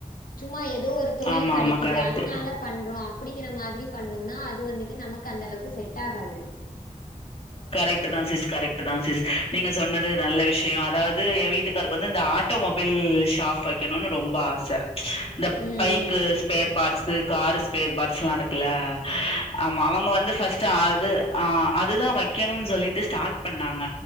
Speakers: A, on the left; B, on the left.
A: சும்மா எதோ ஒரு தொழில்
B: ஆமா
A: கெடைக்கி
B: ஆமா கரெக்ட்
A: அதுனால பண்றோ அப்டிங்கிற மாதிரி பண்ணம்னா அது வந்துட்டு நமக்கு அந்தளவுக்கு செட்டாகாது
B: கரெக்ட்டு தா சிஸ் கரெக்ட்டு தா சிஸ் நீங்க சொன்னது நல்ல விஷயோ அதாவ்து எ வீட்டுக்காருக்கு வந்து அந்த ஆ ட்டு மொபைல் ஷாப் வெக்கணுனு ரொம்ப ஆச இந்த
A: ம்
B: bike
A: ம்
B: spare parts car spare பாட்ஸுலா இருக்குல்ல ஆமா அவங்க வந்து ஃபஸ்ட்டு அது ஆ அதுதா வ க்கணுன் சொல்லிட்டு ஸ்டாட் பண்ணாங்க